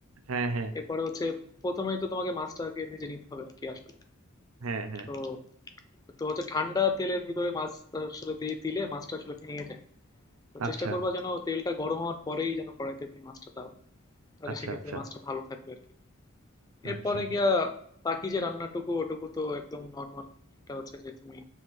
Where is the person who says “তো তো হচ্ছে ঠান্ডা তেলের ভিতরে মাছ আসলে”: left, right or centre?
Left